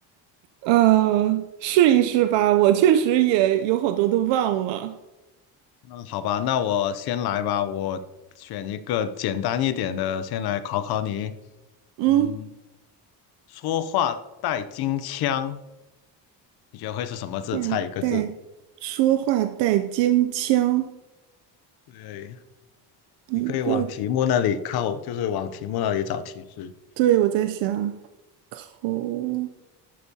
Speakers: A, on the right; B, on the left.
A: 呃，试一试吧，我确实也有好多都忘了。
B: 嗯，好吧，那我先来吧，我选一个简单一点的，先来考考你。
A: 嗯，
B: 嗯，说话带金腔，你觉得会是什么字？
A: 话带说话带京腔，
B: 猜一个字。对，
A: 一个，
B: 你可以往题目那里靠，就是往题目那里找提示。
A: 对，我在想口